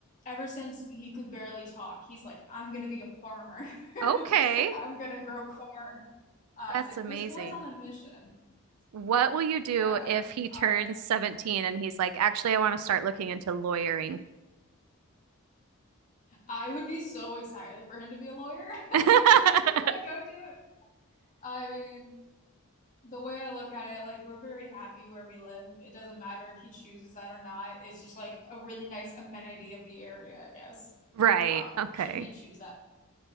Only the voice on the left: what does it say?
ever since he could barely talk, he's like, I'm gonna be a farmer.
<laughs> I'm gonna grow corn. Uh,
so
this boy's on a mission.
Yeah.
Uh,
I would be so excited for him to be a lawyer. <laughs> I'd
be like, go do it. I mean, the way I look at it, like we're very happy where we live. It doesn't matter if he chooses that or not. It's just like a really nice amenity of the area, I guess.
Um,
should he choose that?